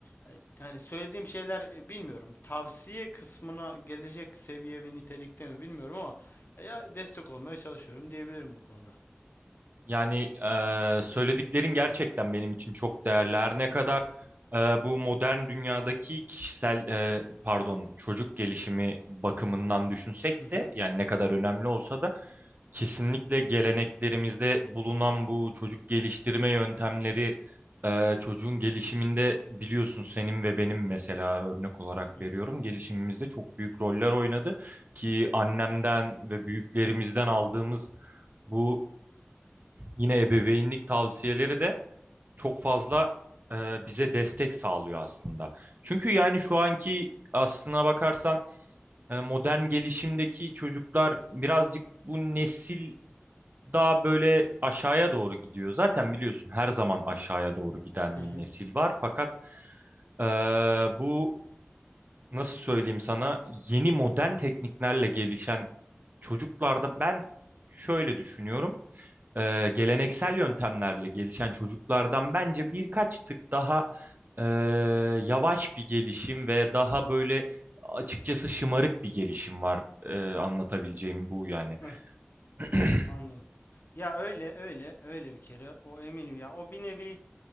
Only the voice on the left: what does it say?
E, Yani söylediğim şeyler e, bilmiyorum. Tavsiye kısmına gelecek seviye ve nitelikte mi bilmiyorum ama e, ya destek olmaya çalışıyorum diyebilirim bu konuda.
Hı hı.
Hı
hı. hı.
Evet,
anladım. Ya öyle öyle öyle bir kere o eminim ya o bir nevi